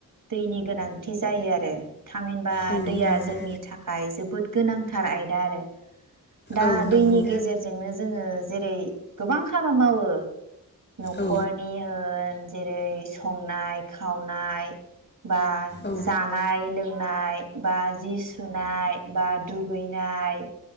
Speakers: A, on the right (about 60°); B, on the left (about 30°).
A: दैनि गोनांथि जायो आरो। थामहिनबा
B: औ
A: दैया
B: नंगौ
A: जोंनि थाखाय जोबोद गोनांथार आयदा आरो। दा
B: औ नंगौ
A: दैनि गेजेरजोंनो जोङो जेरै गोबां हाबा मावो। न'खरनि
B: औ
A: होन जेरै संनाय खावनाय बा। जा
B: औ
A: जानाय लोंनाय बा जि सुनाय बा दुगैनाय।